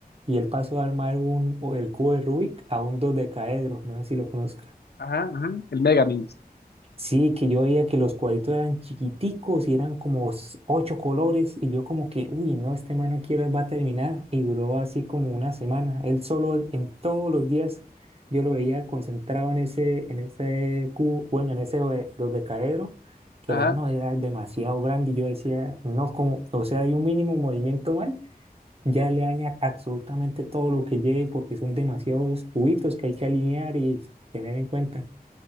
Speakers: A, on the right; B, on the left.
A: Y él pasó a armar un, o el cubo de Rubik a un dodecaedro. No sé si lo conozco.
B: Ajá, ajá, el Megamix.
A: Sí, que yo veía que los cuadritos eran chiquiticos y eran como s- ocho colores y yo como que, uy, no, este man aquí va a terminar y duró así como una semana. Él solo en, en todos los días yo lo veía concentrado en ese, en ese cubo, bueno, en ese doe- dodecaedro, que
B: Ajá,
A: era, no, era demasiado grande y yo decía, no, como, o sea, hay un mínimo movimiento mal, ya le daña absolutamente todo lo que lleve porque son demasiados cubitos que hay que alinear y tener en cuenta.